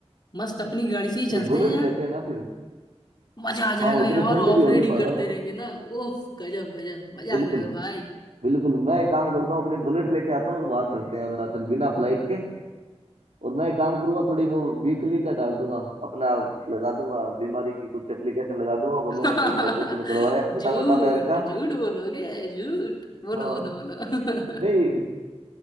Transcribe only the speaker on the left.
मस्त अपनी गाड़ी से ही चलते
हैं यार
मजा आ जाएगा
यार
ऑफ
रेडिंग
करते
रहेंगे ना उफ गजब गजब मजा
आ जाएगा भाई
<laughs>
झूठ
झूठ बोलोगे झूठ बोलो
बोलो बोलो